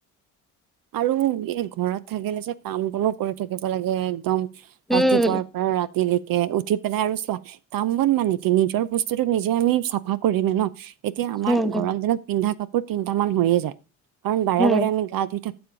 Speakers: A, on the right (about 55°); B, in the centre.
A: আৰু এই ঘৰত থাকিলে যে কাম বোৰো কৰি থাকিব লাগে একদম।
B: উম
A: ৰাতিপুৱাৰ পৰা ৰাতি তিলিকে উঠি পেলাই আৰু চোৱা কাম বন মানে কি নিজৰ বস্তুটো নিজে আমি চাফা কৰিমে ন এতিয়া আমাৰ
B: হম হম
A: গৰম দিনত পিন্ধা কাপোৰ তিনট মান হৈয়ে যায় কাৰণ বাৰে
B: হম
A: বাৰে আমি গা ধুই থাকো।